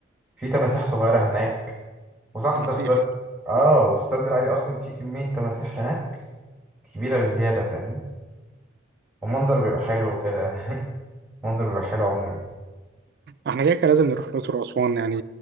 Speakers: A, in the centre; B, on the right.
A: في تماسيح صغيرة هناك وصح
B: مسيح
A: ده في سد آه وفي السد العالي أصلا في كمية تماسيح هناك كبيرة بزيادة فاهمني والمنظر بيبقى حلو وكده <laughs> المنظر بيبقى حلو عموما
B: احنا كده كده لازم نروح الأقصر وأسوان يعني